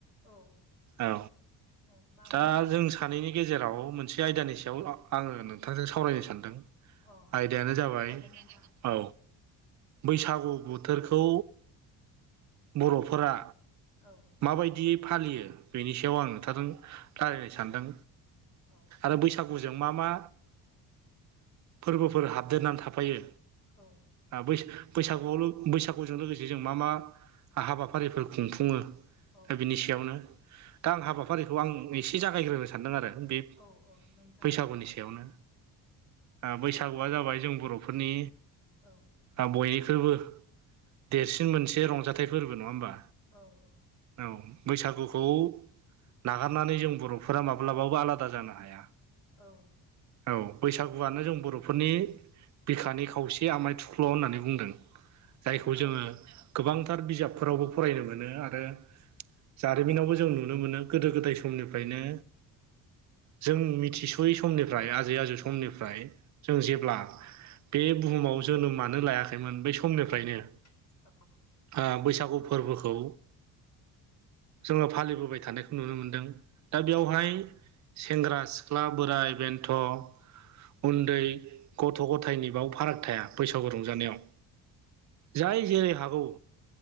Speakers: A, on the left; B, on the right.
A: औ
B: औ
A: औ मामोनबा?
B: दा जों सानैनि गेजेराव मोनसे आयदानि
A: औ
B: सायाव आङो नोंथांजों सावरायनो सानदों।
A: औ
B: आयदायानो
A: सावरायजागोन
B: जाबाय
A: नोंथां
B: औ बैसागु बोथोरखौ बर'फोरा
A: औ
B: माबायदियै फालियो बेनि सायाव आं नोंथांजों रायलायनो सानदों।
A: औ
B: दा बैसागुजों मा मा फोरबोफोर हाबदेरनानै थाफायो।
A: औ
B: ओ बैसागु-बैसागुआव बैसागुजों लोगोसे जों मा मा हाबाफारिफोर खुंफुङो
A: औ
B: दा बिनि सायावनो दा आं
A: औ
B: हाबाफारि हाबाफारिखौ आं एसे जागायग्रोनो सानदों आरो बे
A: औ औ नों
B: बैसागुनि सायावनो ओ बैसागुआ जाबाय जों बर'फोरनि
A: औ
B: ओ बयनिख्रुइबो देरसिन मोनसे रंजाथाइ फोरबो नङा होमबा।
A: औ औ
B: औ बैसागुखौ नागारनानै जों बर'फोरा माब्लाबाबो आलादा जानो हाया।
A: औ
B: औ बैसागुआनो जों बर'फोरनि बिखानि खावसे आमाय थुख्ल' होननानै बुंदों जायखौ जोङो
A: औ
B: गोबांथार बिजाबफोरावबो फरायनो मोनो आरो जारिमिनावबो जों नुनो मोनो गोदो गोदाय समनिफ्रायनो जों मिथि सयै समनिफ्राय आजै आजौ समनिफ्राय जों जेब्ला बे बुहुमाव जोनोमानो लायाखैमोन बै समनिफ्रायनो
A: औ
B: ओ बैसागु फोरबोखौ जोङो फालिबोबाय थानायखौ नुनो मोनदों दा बेयावहाय सेंग्रा सिख्ला बोराय बेन्थ' उन्दै गथ' गथायनि बाव फाराग थाया बैसागु रंजानायाव जाय जेरै हागौ